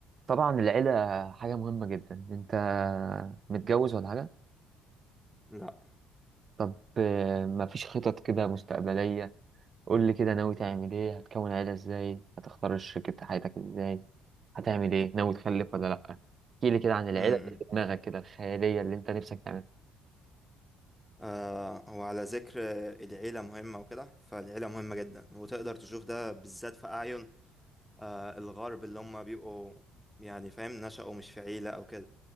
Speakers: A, on the right; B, in the centre.
A: طبعا العيلة حاجة مهمة جدا انت متجوز ولا حاجة
B: لا
A: طب آه، مفيش خطط كده مستقبلية قول لي كده ناوي تعمل ايه هتكون عيلة ازاي هتختار شريكة حياتك ازاي هتعمل ايه ناوي تخلف ولا لأ احكي لي كده عن العيلة
B: م-م.
A: اللي في دماغك كده الخيالية اللي انت نفسك تعملها
B: آه هو على ذكر آه، العيلة مهمة وكده فالعيلة مهمة جدا وتقدر تشوف ده بالذات في أعين آه الغرب اللي هم بيبقوا يعني فاهم نشأوا مش في عيلة أو كده